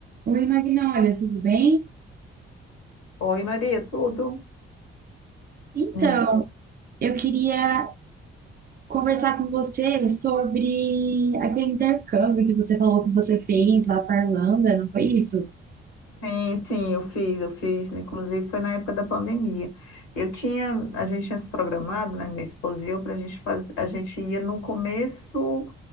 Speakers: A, on the right; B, on the left.
A: Oi, Magna, olha, tudo bem?
B: Oi, Maria, tudo?
A: Então,
B: Hum,
A: eu queria conversar com você sobre aquele intercâmbio que você falou que você fez lá para a Irlanda, não foi isso?
B: Sim, sim, eu fiz, eu fiz, inclusive foi na época da pandemia. Eu tinha, a gente tinha se programado, né, minha esposa e eu, para a gente fazer, a gente ia no começo,